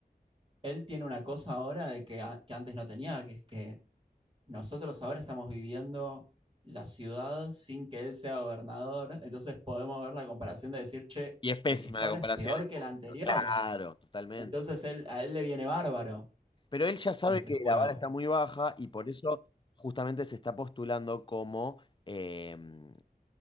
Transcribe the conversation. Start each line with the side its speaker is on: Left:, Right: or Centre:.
Right: él tiene una cosa ahora de que, a- que antes no tenía, que es que nosotros ahora estamos viviendo la ciudad sin que él sea gobernador, entonces podemos ver la comparación de decir, che,
Left: Y es pésima
Right: el que está
Left: la
Right: ahora
Left: comparación.
Right: es peor
Left: es
Right: que
Left: como-
Right: el anterior,
Left: Claro, totalmente.
Right: entonces él, a él le viene bárbaro
Left: Pero él ya sabe
Right: ese
Left: que
Right: juego.
Left: la vara está muy baja y por eso justamente se está postulando como... em,